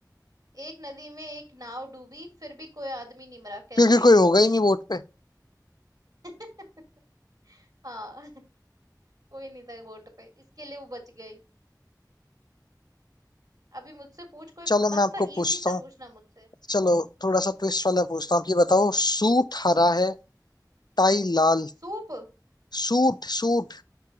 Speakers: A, on the right; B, on the left.
A: एक नदी में एक नाव डूबी फिर भी कोई आदमी नहीं मरा कैसे
B: क्योंकि कोई होगा ही नहीं बोट पे
A: <laughs> हाँ <laughs> कोई नहीं था बोट पे इसके लिए वो बच गई अभी मुझसे पूछ कोई
B: चलो
A: मस्त
B: मैं आपको
A: था
B: पूछता
A: इजी सा
B: हूँ
A: पूछना मुझसे
B: चलो थोड़ा सा ट्विस्ट वाला पूछता हूँ आप ये बताओ सूट हरा
A: हम्म
B: है टाई लाल
A: सूप
B: Suit suit